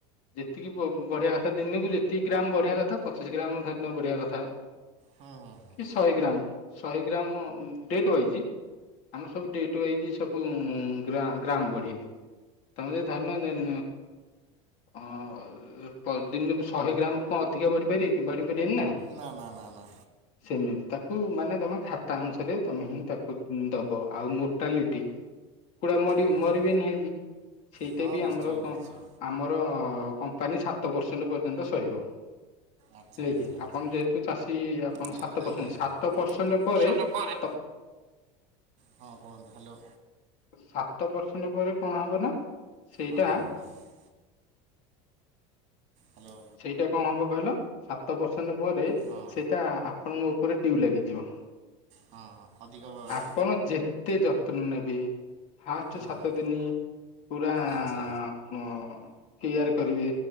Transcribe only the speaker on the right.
ହଁ ହଁ ହଁ।
ନା ନା ନା ନା।
ଆଚ୍ଛା
ହଁ
ନିଶ୍ଚୟ
ନିଶ୍ଚୟ
ଆଚ୍ଛା
ଆଚ୍ଛା ଆଚ୍ଛା
ହଁ
ଆଜ୍ଞା
ଆଜ୍ଞା
ଷଣ୍ଢ ପରେ
ହଁ କୁହନ୍ତୁ ହାଲୋ।
ହଁ କୁହନ୍ତୁ। ହାଲୋ।
ହଁ
ହଁ ହଁ ଅଧିକ ବ-
ହଁ
ଆଚ୍ଛା